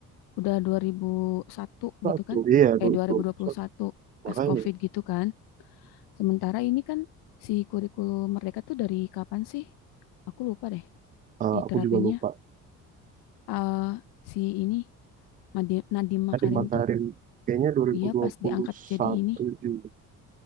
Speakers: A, on the left; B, on the right.
A: udah 2001
B: Betul,
A: gitu kan?
B: iya, kurikulum
A: Eh 2021
B: Makanya
A: pas COVID gitu kan. Sementara ini kan si kurikulum Merdeka tuh dari kapan sih? Aku lupa deh
B: eh,
A: diterapinnya.
B: aku juga lupa.
A: Eh si ini Nadiem, Nadiem Makarim
B: Ada Matarin
A: tuh,
B: kayaknya 2021
A: iya pas diangkat jadi ini.
B: juga.